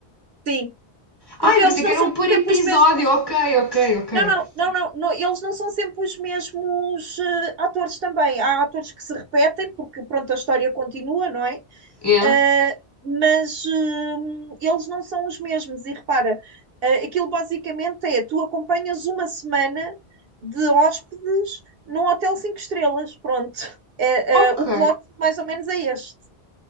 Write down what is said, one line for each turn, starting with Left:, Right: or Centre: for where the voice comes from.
Right: Sim,
Left: Ah,
Right: porque
Left: eu
Right: eles
Left: pensei que
Right: não
Left: era
Right: são
Left: um por episódio.
Right: sempre os mesmos.
Left: Ok, ok, ok.
Right: Não, não, não, não, não, eles não são sempre os mesmos eh, atores também. Há atores que se repetem, porque pronto, a história continua, não é?
Left: Yeah.
Right: Eh, mas eh, eles não são os mesmos. E repara, eh, aquilo basicamente é: tu acompanhas uma semana de hóspedes num hotel cinco estrelas. Pronto. Eh,
Left: Ok,
Right: eh, o plot mais ou menos é este.